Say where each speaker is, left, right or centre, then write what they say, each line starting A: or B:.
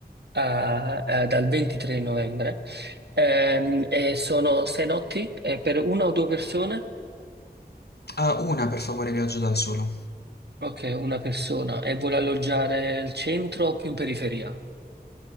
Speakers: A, on the right (about 90°); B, on the left (about 75°).
A: eh, eh, dal 23 novembre. Ehm, e sono sei notti eh, per una o due persone?
B: Ah, una per favore, viaggio da solo.
A: Ok, una persona. E vuole alloggiare al centro o più in periferia?